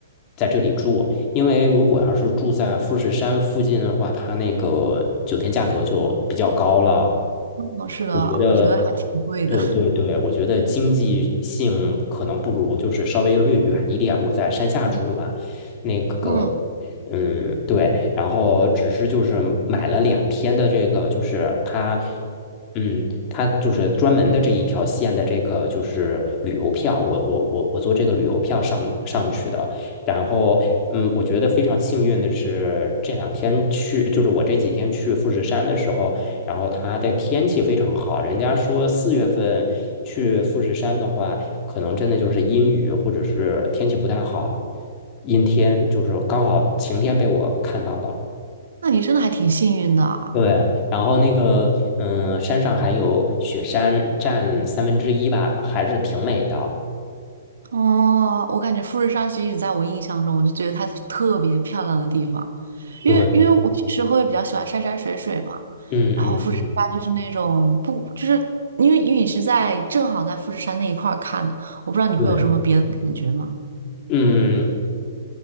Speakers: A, on the left (about 30°); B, on the right (about 65°).
A: 在这里住。因为如果要是住在富士山附近的话，它那个酒店价格就比较高了。
B: 嗯，是的，
A: 我觉得，
B: 我觉得还挺贵的。
A: 对对对，我觉得经济性可能不如，就是稍微略远一点。我在山下住嘛，
B: <laughs> 嗯，
A: 那个，
B: 嗯
A: 嗯，对，然后只是就是买了两天的这个，就是它，嗯，它就是专门的这一条线的这个就是旅游票，我我我我坐这个旅游票上上去的。然后，嗯，我觉得非常幸运的是，这两天去，就是我这几天去富士山的时候。然后它的天气非常好，人家说四月份去富士山的话，可能真的就是阴雨或者是天气不太好，阴天就是刚好晴天被我看到了。
B: 那你真的还挺幸运的啊
A: 对，然后那个嗯，山上还有雪山，占三分之一吧，还是挺美的。
B: 哦，我感觉富士山其实在我印象中，我就觉得它是特别漂亮的地方，因为因为我其实会比较喜欢山山水水嘛。
A: 对，嗯嗯嗯，
B: 然后富士山就是那种不，就是因为因为你是在正好在富士山那一块儿看的，我不知道你会有什么别的感觉吗？
A: 对，嗯，